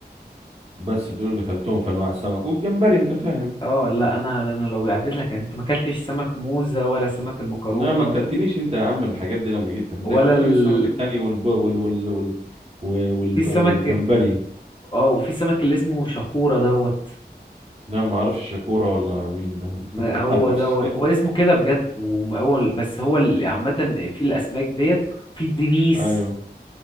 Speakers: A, on the right (about 35°); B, on the left (about 25°).
A: بس دول اللي كلتهم في انواع السمك والجمبري انت فاهم
B: اه لا انا انا لو عديت لك يعني انت ما اكلتش سمك موزه ولا سمك المكرونه
A: انما ما اكلتنيش انت يا عم الحاجات دي لما جيت لك انت
B: ولا
A: اكلتني
B: ال...
A: السمك التاني والب... وال... وال... وال... و- والب...
B: في سمك
A: والجمبري
B: اه وفي سمك اللي اسمه شخوره دوت
A: لا ما اعرفش شاكورا ولا مين ده <laughs>
B: ده
A: ما
B: هو
A: اعرفش
B: دوت هو اسمه كده بجد وهو بس هو ال- عامه في الاسماك ديت في الدنيس
A: ايوه